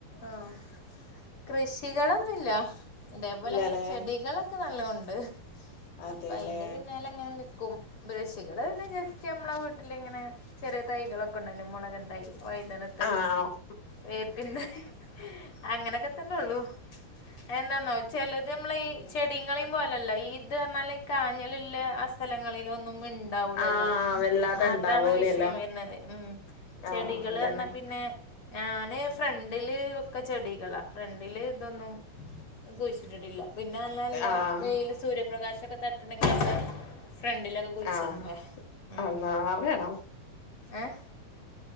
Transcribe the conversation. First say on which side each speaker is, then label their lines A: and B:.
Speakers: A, on the left (about 35°); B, on the left (about 75°).
A: ആഹ് കൃഷികളൊന്നുല്ല ഇതേപോലെ
B: ഇല്ലല്ലേ
A: ഇങ്ങനെ ചെടികളു ഇക്ക് നല്ലോണ്ട
B: അതെല്ലേ
A: അപ്പ അയ്ന്റെ പിന്നാലെ അങ്ങനെ നിക്കും. ബൃഷികള് പിന്നെ ജസ്റ്റ് ഞമ്മടെ വീട്ടിലിങ്ങനെ ചെറിയ തൈകളൊക്കെ ഇണ്ടായ്ല്ലെ മുളകിൻ തൈ വയുതന
B: ആഹ് ആഹ്
A: വേപ്പിന്റെലിം അങ്ങനെക്കെ തന്നെ ഒള്ളു എന്താന്നോ ചെലത് അമ്മളെ ഈ ചെടീം കളി പോലല്ലെ ഇത് അറന്നാല് കാഞ്ഞലില്ല അസ് സ്ഥലങ്ങളിലൊന്നും മിണ്ട് ഉണ്ടാവിലല്ലോ
B: ആഹ് വല്ലാതെ
A: അതാണ്
B: ഉണ്ടാവൂലല്ലോ
A: വിഷയം വരുന്നതെ ഉം ചെടികളു
B: ആഹ് അതന്നെ
A: വന്നാ പിന്നെ ഞാന് ഫ്രണ്ടില് ഒക്കെ ചെടികളാ ഫ്രണ്ടില് ഇതൊന്നും കുഴിച്ചിട്ടിട്ടില്ല പിന്നല്ലാലല്ല
B: ആഹ്
A: വെയിലു സൂര്യപ്രകാശൊക്കെ തട്ടണെങ്കി ഫ്രണ്ടിലൊക്കെ കുഴിച്ചിടണ്ടേ
B: ആഹ്
A: ഉം
B: അള്ളാ വേണം
A: ഏഹ്